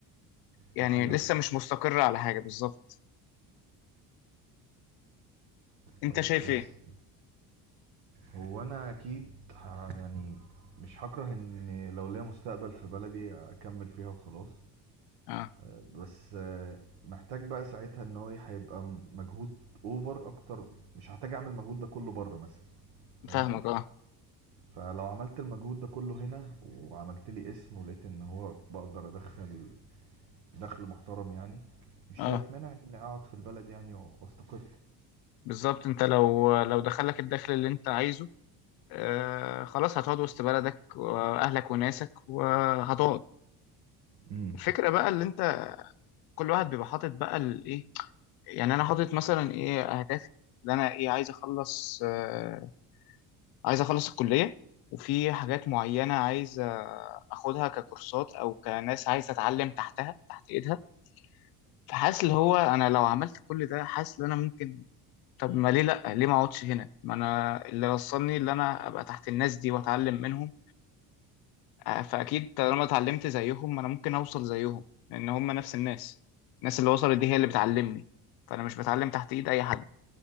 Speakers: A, on the left (about 70°); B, on the right (about 75°).
A: يعني
B: محيرك
A: لسه مش مستقر على حاجة بالظبط انت
B: طب مثلا
A: شايف ايه
B: هو انا اكيد ه- يعني مش هكره ان لو ليا مستقبل في بلدي اكمل فيها وخلاص
A: اه
B: بس آه، محتاج بقى ساعتها ان هو هيبقى مجهود اوفر اكتر مش هحتاج اعمل المجهود ده كله بره مثلا فاهمني
A: فاهمك اه
B: فلو عملت المجهود ده كله هنا وعملت لي اسم ولقيت ان هو بقدر ادخل دخل محترم يعني مش
A: اه
B: شايف مانع اني اقعد في البلد يعني واستقر
A: بالظبط انت لو لو دخلك الدخل اللي انت عايزه آه خلاص هتقعد وسط بلدك واهلك وناسك وهتقعد
B: امم
A: الفكرة بقى اللي انت كل واحد بيبقى حاطط بقى الايه يعني انا حاطط مثلا ايه اهدافي اللي انا ايه عايز اخلص آه عايز اخلص الكلية وفي حاجات معينة عايز اخدها ككورسات او كناس عايز اتعلم تحتها تحت ايدها فحاسس اللي هو انا لو عملت كل ده حاسس ان انا ممكن طب ما ليه لا ليه ما اقعدش هنا ما انا اللي وصلني اللي انا ابقى تحت الناس دي واتعلم منهم آه، فاكيد طالما اتعلمت زيهم انا ممكن اوصل زيهم لان هم نفس الناس الناس اللي وصلت دي هي اللي بتعلمني فانا مش بتعلم تحت ايد اي حد